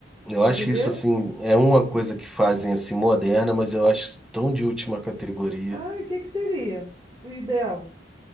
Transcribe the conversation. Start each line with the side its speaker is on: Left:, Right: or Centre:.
Centre: Eu
Right: entendeu?
Centre: acho isso assim, é uma coisa que fazem assim moderna, mas eu acho isso tão de última categoria.
Right: Ah, e o que que seria o ideal?